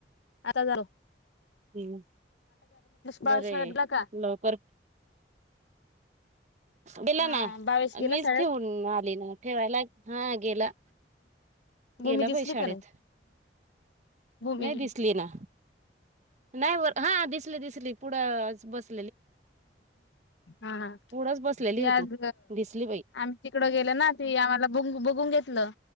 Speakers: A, on the left (about 80°); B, on the right (about 40°).
A: आताच आलो.
B: हम्म
A: बाळ
B: बरं
A: शाळेत
B: हे
A: गेला का
B: लवकर. गेला
A: हा
B: ना
A: बावीस गेला
B: मीच
A: शाळेत
B: ठेवून आली ना ठेवायला हां गेला.
A: भूमी
B: गेला
A: दिसली
B: बाई शाळेत
A: का नाही? भूमी
B: नाही दिसली ना नाही हां दिसली दिसली पुढं बस
A: हां हां
B: पुढंच बसलेली
A: ती
B: होती
A: आज
B: दिसली बाई
A: आम्ही तिकड गेलो ना ती आम्हाला. ब बघून घेतलं